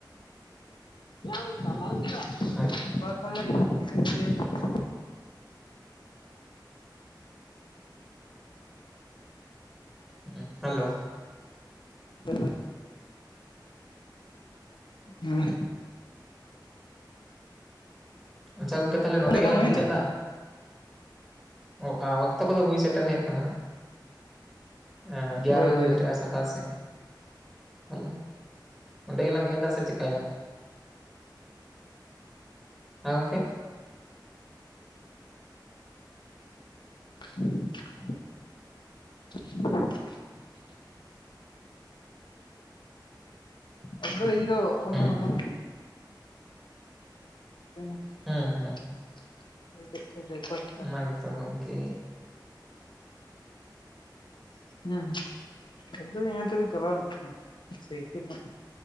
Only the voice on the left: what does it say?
ᱡᱟᱞ ᱛᱟᱞᱟᱨᱮ ᱦᱩᱭᱩᱜᱼᱟ।
<unintelligible>
ᱦᱮᱞᱳ, ᱦᱮᱸ
ᱵᱟᱝ
ᱦᱩᱭᱱᱟ
ᱦᱳᱭ ᱦᱳᱭ
<inaudible> <inaudible> ᱟᱫᱚ ᱤᱧᱫᱚ ᱚᱱᱟ
ᱚᱱᱟ <unintelligible>
<unintelligible>
<unintelligible>